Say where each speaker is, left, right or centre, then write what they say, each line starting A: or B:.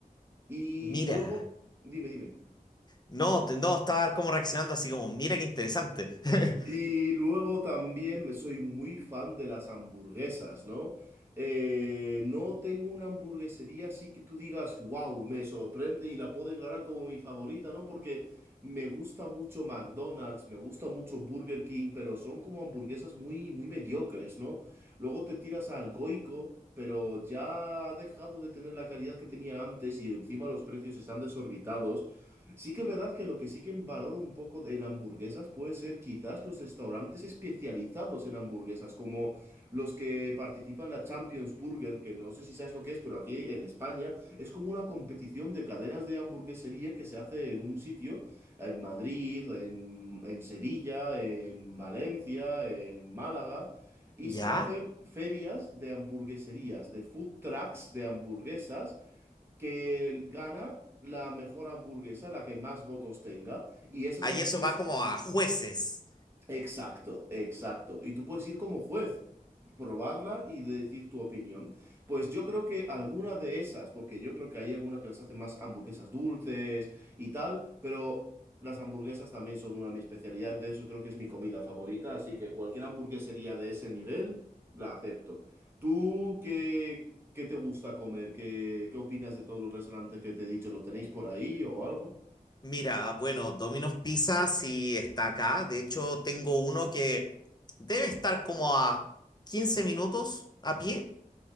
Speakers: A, on the right; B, on the left.
A: Y
B: Mira,
A: luego, dime, dime.
B: no, te- no, estaba como reaccionando así como, mira qué interesante. <laughs>
A: Y luego también me soy muy fan de las hamburguesas, ¿no? Eh, no tengo una hamburguesería así que tú digas, wow, me sorprende y la puedo declarar como mi favorita, ¿no? Porque me gusta mucho McDonald's, me gusta mucho Burger King, pero son como hamburguesas muy, muy mediocres, ¿no? Luego te tiras al Goico, pero ya ha dejado de tener la calidad que tenía antes y encima los precios están desorbitados. Sí que es verdad que lo que sí que valoro un poco de- en hamburguesas puede ser quizás los restaurantes especializados en hamburguesas, como los que participan en la Champions Burger, que no sé si sabes lo que es, pero aquí en España es como una competición de cadenas de hamburguesería que se hace en un sitio, en Madrid, en, en Sevilla, en Valencia, en Málaga. Y
B: ¿Ya?
A: se hacen ferias de hamburgueserías, de food trucks de hamburguesas, que gana la mejor hamburguesa, la que más votos tenga, y esas
B: Ahí
A: hamburguesas...
B: eso va como a jueces.
A: Exacto, exacto. Y tú puedes ir como juez probarla y de decir tu opinión. Pues yo creo que alguna de esas, porque yo creo que hay algunas que las hacen más hamburguesas dulces y tal, pero las hamburguesas también son una de mis especialidades, de hecho creo que es mi comida favorita, así que cualquier hamburguesería de ese nivel la acepto. ¿Tú qué, qué te gusta comer? ¿Qué, qué opinas de todos los restaurantes que te he dicho? ¿Lo tenéis por ahí o algo?
B: Mira, bueno, Domino's Pizza sí está acá. De hecho, tengo uno que debe estar como a 15 minutos a pie